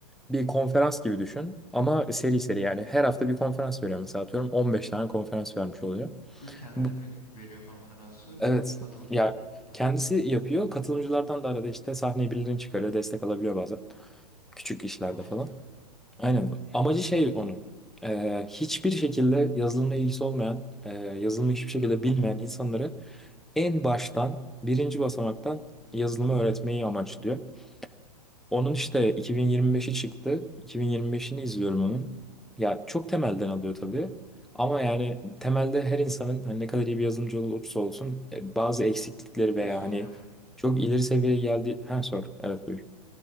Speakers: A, in the centre; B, on the left (about 65°).
A: bir konferans gibi düşün ama seri seri yani her hafta bir konferans veriyor mesela atıyorum 15 tane konferans vermiş oluyor.
B: Full kendi
A: Bu,
B: mi veriyor konferansı?
A: evet.
B: Katıl...
A: Ya
B: Ha,
A: kendisi yapıyor. Katılımcılardan da arada işte sahneye birilerini çıkarıyor. Destek alabiliyor bazen. Küçük işlerde
B: o şekilde.
A: falan. Aynen. Amacı şey onun. Ee, hiçbir şekilde yazılımla ilgisi olmayan, e, yazılımı hiçbir şekilde bilmeyen insanları en baştan, birinci basamaktan yazılımı öğretmeyi amaçlıyor. Onun işte 2025'i çıktı. 2025'ini izliyorum onun. Ya çok temelden alıyor tabii. Ama yani temelde her insanın hani ne kadar iyi bir yazılımcı olursa olsun e, bazı eksiklikleri
B: Şey
A: veya
B: soracağım.
A: hani çok ileri seviyeye geldi. Ha sor. Evet buyur.